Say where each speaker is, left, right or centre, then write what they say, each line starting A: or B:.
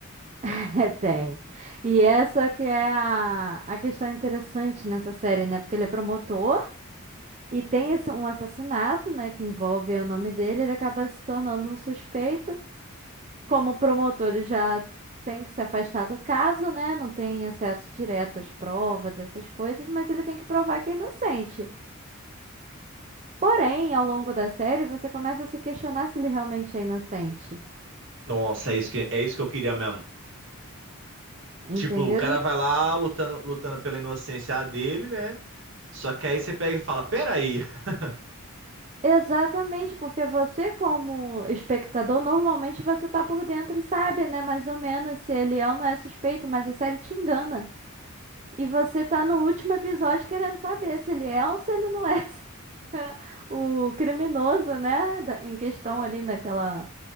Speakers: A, on the right; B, on the right.
A: <laughs> É, tem. E essa que é a, a questão interessante nessa série, né? Porque ele é promotor e tem esse- um assassinato, né? Que envolve o nome dele. Ele acaba se tornando um suspeito. Como promotor, ele já tem que se afastar do caso, né? Não tem acesso direto às provas, essas coisas, mas ele tem que provar que é inocente. Porém, ao longo da série, você começa a se questionar se ele realmente é inocente.
B: Nossa, é isso que é isso que eu queria mesmo. Tipo,
A: Entendeu?
B: o cara
A: E
B: vai lá lutando, lutando pela inocência dele, né? Só que aí você pega e fala, peraí. <laughs>
A: exatamente, porque você, como espectador, normalmente você tá por dentro e sabe, né? Mais ou menos se ele é ou não é suspeito, mas a série te engana. E você tá no último episódio querendo saber se ele é ou se ele não é <laughs> o criminoso, né? da- Em questão ali naquela,